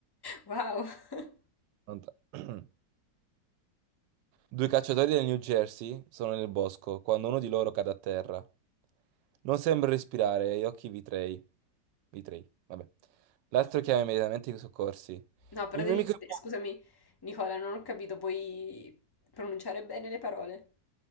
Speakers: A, on the left; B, on the right.
A: wow. <laughs>
B: Pronto? <clears throat> Due cacciatori del New Jersey sono nel bosco quando uno di loro cade a terra. Non sembra respirare e gli occhi vitrei. Vitrei, vabbè. L'altro chiama immediatamente i soccorsi.
A: No, però
B: Il
A: devi,
B: mio amico è morto.
A: scusami, Nicola, non ho capito, puoi pronunciare bene le parole.